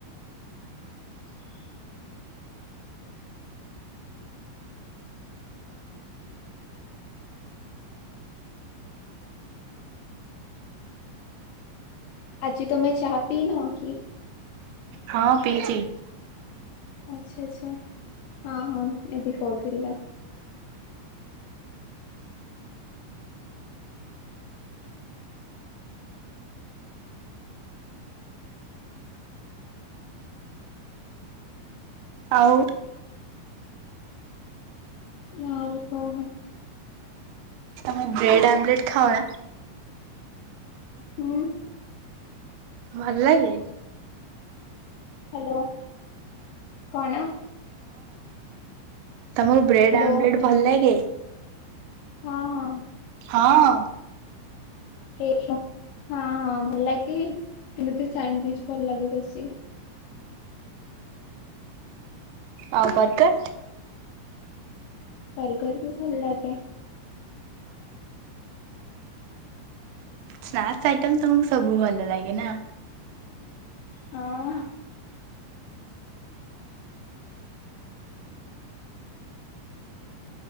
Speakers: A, on the left; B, on the right.
A: <inaudible> ଆଜି ତମେ ଚା ପି ନ କିି
B: ହଁ ପିଛି
A: ଆଚଛା ଆଚଛା ହଁ ହଁ ଏବେ କହୁଥିଲି। ତ
B: ଆଉ
A: ଆଁଉ କହୋ
B: ମୁଁ ବ୍ରେଡ଼୍ ଆମ୍ଲେଟ୍ ଖାାଉଣା
A: ହୁଁ
B: ଭଲ ଲାଗେ
A: ହ୍ୟାଲୋ କଣ
B: ତମର ବ୍ରେଡ
A: ହ୍ୟାଲୋ
B: ଆମଲେଟ୍ ଭଲ ଲାଗେ
A: ହଁ ହଁ
B: ହଁ
A: ଏଇ ସମ <unintelligible> ହଁ ହଁ ଭଲ ଲାଗେ ମତେ ସଣ୍ଡୁଇଚ ଭଲ ଲାଗେ ବେଶୀ
B: ଆଉ ବର୍ଗର
A: କରି କରି ପସନ୍ଦ ଲାଗେ
B: ସ୍ନାକ୍ସ ଆଇଟମ ତମକୁ ସବୁ ଭଲ ଲାଗେ ନା
A: ହଁ